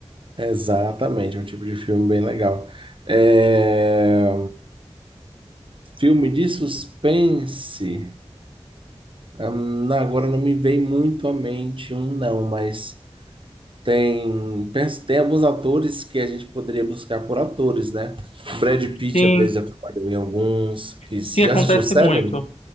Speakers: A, on the right (about 50°); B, on the left (about 85°).
A: Exatamente, um tipo de filme bem legal. É, Filme de suspense. Hum, não, agora não me vem muito à mente um, não, mas tem, penso- tem alguns atores que a gente poderia buscar por atores, né? Brad Pitt,
B: Sim,
A: às vezes, já trabalhou em alguns. Que, já
B: sim, acontece
A: assistiu Seven?
B: muito.